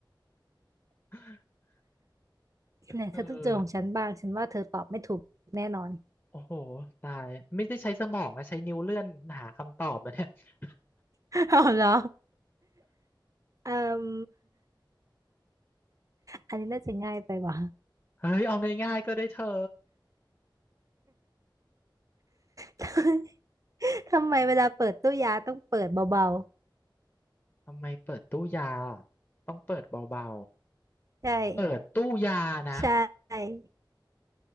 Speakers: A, on the left; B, on the right.
A: <laughs>
B: เนี่ยเธอต้องเจอของฉันบ้างฉันว่าเธอตอบไม่ถูกแน่นอน
A: เออโอ้โหตายไม่ได้ใช้สมองนะใช้นิ้วเลื่อนหาคำตอบแล้วเนี่ย <laughs>
B: <laughs> เอาเหรอเอ่ม อันนี้น่าจะง่ายไปว่ะ
A: เฮ้ยเอาง่ายๆก็ได้เธอ
B: <laughs> ทำไมเวลาเปิดตู้ยาต้องเปิดเบา
A: ทำไมเปิดตู้ยาต้องเปิดเบา
B: ๆใช่
A: ๆเปิดตู้ยานะ
B: ใช่